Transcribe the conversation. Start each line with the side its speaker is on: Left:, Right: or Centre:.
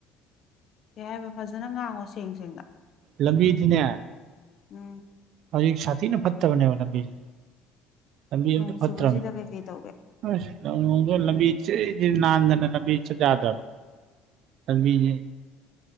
Left: ꯀꯩ ꯍꯥꯏꯕ ꯐꯖꯅ ꯉꯥꯡꯉꯣ ꯁꯦꯡ ꯁꯦꯡꯅ
Right: ꯂꯝꯕꯤꯗꯤꯅꯦ
Left: ꯎꯝ
Right: ꯍꯧꯖꯤꯛ ꯁꯥꯊꯤꯅ ꯐꯠꯇꯕꯅꯦꯕ ꯂꯝꯕꯤꯖꯦ ꯂꯝꯕꯤ ꯑꯝꯇ
Left: ꯅꯣꯡ
Right: ꯐꯠꯇꯔꯅꯦꯕ
Left: ꯆꯨꯕꯁꯤꯗ ꯀꯩꯀꯩ ꯇꯧꯒꯦ
Right: ꯑꯁ ꯂꯝꯂꫭꯡꯗ ꯂꯝꯕꯤ ꯖꯔꯤ ꯖꯔꯤ ꯅꯥꯟꯗꯅ ꯂꯝꯕꯤ ꯆꯠ ꯌꯥꯗ꯭ꯔꯝꯅꯦ ꯂꯝꯕꯤꯖꯦ